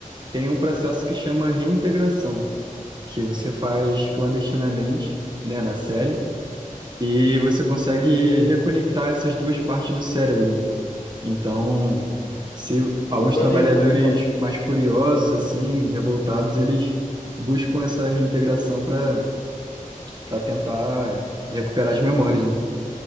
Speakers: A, on the right; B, on the left.
A: tem um processo que chama reintegração que você faz clandestinamente, né, na série, e você consegue reconectar essas duas partes do cérebro. né? Então, se alguns
B: tornando
A: trabalhadores
B: em uma só?
A: mais curiosos, assim, revoltados, eles buscam essa reintegração para para tentar recuperar as memórias, né?